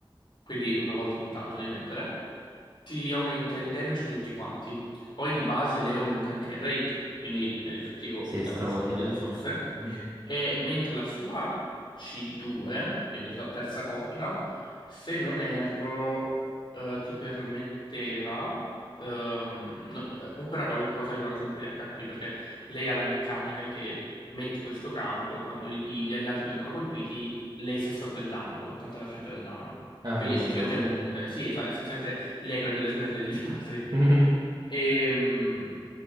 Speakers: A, on the left; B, on the right.
A: quindi una volta ogni tanto devi mettere, ti aumenta il damage di tutti quanti. Poi di base lei aumenta anche il rate, quindi nell'effettivo
B: Sì,
A: ti
B: strautile.
A: dà un sacco di risorse.
B: Mhm.
A: E mentre la sua C2, quindi la sua terza copia, se non erro, eh, ti permetteva. ehm, no- comunque era qualcosa riguardo sempre gli HP, perché lei ha la meccanica che metti questo campo e quando i- gli alleati vengono colpiti, lei si assorbe il danno, l'80% del danno.
B: Ah,
A: Quindi
B: è utile,
A: essenzialmente
B: utile.
A: è un, eh, sì, esa- essenzialmente lei prende le sberle degli altri.
B: <laughs> Mhm.
A: Ehm,